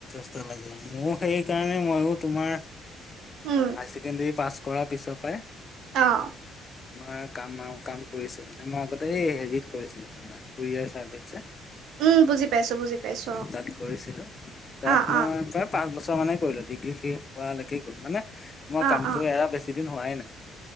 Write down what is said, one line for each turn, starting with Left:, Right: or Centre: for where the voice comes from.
Left: ল মোৰ সেই কাৰণে মইয়ো তোমাৰ
Right: উম
Left: হায় ছেকেণ্ডাৰী পাছ কৰা পিছৰ পৰাই
Right: অঁ।
Left: তোমাৰ কাম আৰু কাম কৰিছো মানে মই আগতে হেৰিত কৰিছিলো তোমাৰ কৰিয়াৰ চাৰ্ভিচ যে।
Right: উম বুজি পাইছো। বুজি পাইছো
Left: তাত কৰিছিলো তাত
Right: অ
Left: মই
Right: অ
Left: প্ৰায় পাঁচ বছৰ মানে কৰিলো। ডিগ্ৰী শেষ হোৱালৈকে গল মানে মই
Right: অ অ
Left: কামটো
Right: অ
Left: এৰা বেছি দিন হোৱাই নাই।